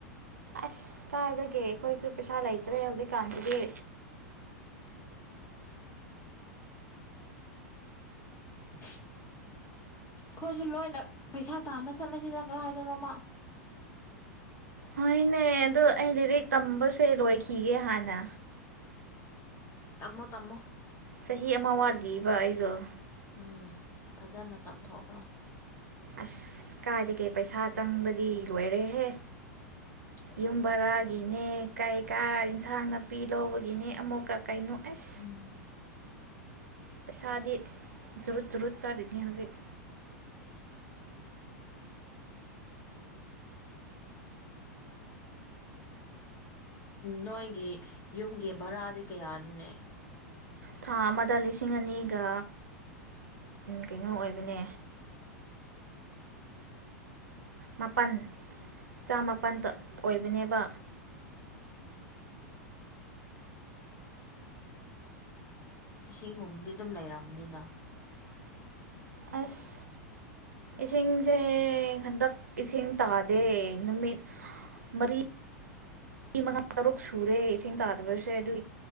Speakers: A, on the right; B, on the left.
A: ꯑꯁ ꯀꯥꯏꯒꯦ ꯑꯩꯈꯣꯏꯁꯨ ꯄꯩꯁꯥ ꯂꯩꯇ꯭ꯔꯦ ꯍꯧꯖꯤꯛꯀꯥꯟꯁꯤꯗꯤ
B: ꯍ ꯑꯩꯈꯣꯏꯁꯨ ꯂꯣꯏꯅ ꯄꯩꯁꯥ ꯇꯥꯥꯟꯕ ꯆꯠꯂꯁꯤꯗ ꯀꯗꯥꯥꯏꯏꯗꯅꯣꯃ
A: ꯍꯣꯏꯅꯦ ꯑꯗꯣ ꯑꯩ ꯂꯤꯔꯤꯛ ꯇꯝꯕꯁꯦ ꯂꯣꯏꯈꯤꯒꯦ ꯍꯥꯟꯅ
B: ꯇꯃꯣ ꯇꯃꯣ
A: ꯆꯍꯤ ꯑꯃ ꯋꯥꯠꯂꯤꯕ ꯑꯩꯗꯣ
B: ꯎꯝ ꯐꯖꯅ ꯇꯝꯊꯣꯛꯈ꯭ꯔꯣ
A: ꯑꯁ ꯀꯥꯏꯗꯒꯦ ꯄꯩꯁꯥ ꯆꯪꯕꯗꯤ ꯂꯣꯏꯔꯦꯍꯦ
B: <unintelligible>
A: ꯌꯨꯝ ꯕꯔꯥꯒꯤꯅꯦ ꯀꯩ ꯀꯥ ꯏꯟꯁꯥꯡ ꯅꯥꯄꯤ ꯂꯧꯕꯒꯤꯅꯦ ꯑꯃꯨꯛꯀ ꯀꯩꯅꯣ ꯑꯩꯁ
B: ꯎꯝ
A: ꯄꯩꯁꯥꯗꯤ ꯨꯔꯨꯠ ꯖꯨꯔꯠ ꯆꯥꯔꯤꯅꯤ ꯍꯧꯖꯤꯛ
B: ꯅꯣꯏꯒꯤ ꯌꯨꯝꯒꯤ ꯚꯔꯥꯗꯤ ꯀꯌꯥꯅꯅꯦ
A: ꯊꯥ ꯑꯃꯗ ꯂꯤꯁꯤꯡ ꯑꯅꯤꯒ ꯀꯩꯅꯣ ꯑꯣꯏꯕꯅꯦ ꯃꯥꯄꯜ ꯆꯥꯃꯄꯜ ꯑꯣꯏꯕꯅꯦꯕ
B: ꯏꯁꯤꯡꯒꯨꯝꯕꯗꯤ ꯑꯗꯨꯝ ꯂꯩꯔꯕꯔꯕꯅꯤꯅ
A: ꯑꯁ ꯏꯁꯤꯡꯁꯦ ꯍꯟꯗꯛ ꯏꯁꯤꯡ ꯇꯥꯗꯦ ꯅꯨꯃꯤꯠ ꯃꯔꯤ ꯃ ꯃꯉꯥ ꯇꯔꯨꯛ ꯁꯨꯔꯦ ꯏꯁꯤꯡ ꯇꯥꯗꯕꯁꯦ ꯑꯗꯨ